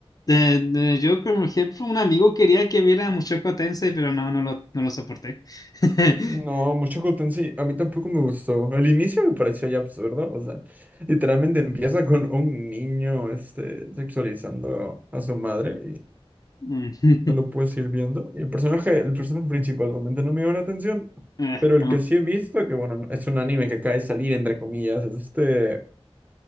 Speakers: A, on the left; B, on the right.
A: De- de- yo, como ejemplo, un amigo quería que viera Mushoku Tensei, pero no, no lo, no lo soporté. <laughs>
B: No, mucho Houten sí, a mí tampoco me gustó. El inicio me pareció ya absurdo, o sea, literalmente empieza con un niño, este, sexualizando a su madre y
A: Mm.
B: no lo
A: <laughs>
B: puedes ir viendo. Y el personaje, el personaje principal realmente no me dio la atención,
A: Eh,
B: pero
A: no.
B: el que sí he visto, que bueno, es un anime que acaba de salir, entre comillas, es este,